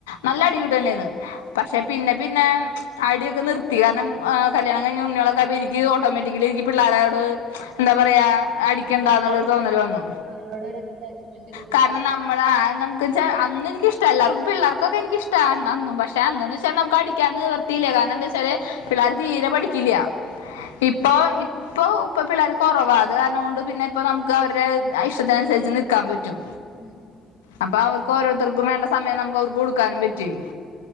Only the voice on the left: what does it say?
നല്ല
അടിവിട് തന്നെയാണ് പക്ഷെ പിന്നെ പിന്നെ അടിയൊക്കെ നിർ ർത്തി കാരണം കല്യാണം കഴിഞ്ഞ ഉണ്ണികളൊക്കെ ആയപ്പോ എനിക്ക് ഓട്ടോമാറ്റിക്കലി എനിക്ക് പിള്ളാരോട് എന്താ പറയാ അടിക്കണ്ടാന്നുള്ളരു
തോന്നല് വന്നു
കാരണം നമ്മൾ ആ നമക്ക് അന്ന് എനിക്കഷ്ടാ എല്ലാർക്കും പിള്ളേർക്കൊക്കെ എനിക്കിഷ്ടാ അന്ന്ഒന്നും ചെന്ന് പക്ഷേ നമുക്ക് അടിക്കാൻ നിവർത്തിയില്ലാ കാരണം എന്താന്നുവെച്ചാ ച്ചാല് പിള്ളേര് തീരെ പഠിക്കില്ല ഇപ്പൊ
ഇപ് ഇപ്പോ ഇപ്പൊ പിള്ളേർ കുറവാ അത് കാരണം കൊണ്ട് പിന്നെ ഇപ്പോൾ നമുക്ക് അവരുടെ ഇഷ്ടത്തിനുസരിച്ച് നിൽക്കാൻ പറ്റും
അപ്പൊ അവർക്ക് ഓരോരുത്തർ അവർക്ക് വേണ്ട സമയം നമുക്ക് അവർക്ക് കൊടുക്കാനും പറ്റുവേ